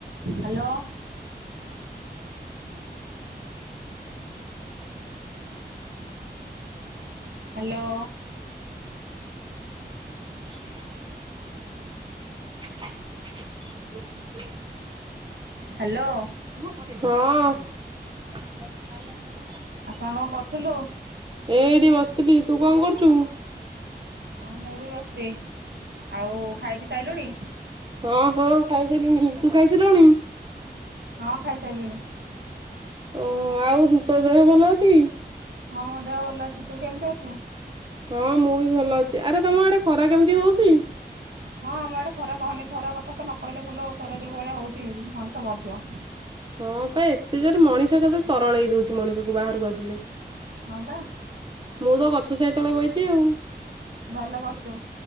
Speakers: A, on the right; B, on the right.
A: <inaudible> Hello. Hello.
B: <inaudible> <inaudible>
A: Hello.
B: ହଁ ଅ। <unintelligible>
A: ଆ ସାଙ୍ଗ କ କରୁଥୁଲୁ?
B: ଏଇଠି ବସିଥିଲି ତୁ କଣ କରୁଛୁ?
A: ଅ ମୁଁ ବି ବସିବି ଆଉ ଖାଇ ପି ସାଇଲୁଣି?
B: ହ ହ ଖାଇସାରିଲିଣି। ତୁ ଖାଇ ସାରିଲୁଣି?
A: ହଁ ଖାଇସାରିଲିଣି।
B: ଓହ ଆଉ ତୋ ଦେହ ଭଲ ଅଛି କି?
A: ହଁ ମୋ ଦେହ ଭଲ ଅଛି। ତୁ କେମିତି ଅଛୁ?
B: ହଁ ମୁଁ ବି ଭଲ ଅଛି। ଆରେ ତମ ଆଡେ ଖରା କେମିତି ହଉଛି?
A: ହଁ ଆମ ଆଡେ ଖରା କହନି ଖରା କଥା ତ ନ କହିଲେ ଭଲ ଆଉ ଖରା ଯୋଉ ଭଳିଆ ହଉଛି ମଣିଷ ମରିଯିବ।
B: ହଁ ପା ଏତେ ଜୋରେ ମଣିଷ କେତେ ତରଳେଇ ଦଉଛି ମଣିଷକୁ ବାହାରକୁ ଆସିଲେ।
A: ହଁ ପା।
B: ମୁଁ ତ ଗଛ ଛାଇ ତଳେ ବଇଚି ଆଉ।
A: ଭଲ କରିଛୁ,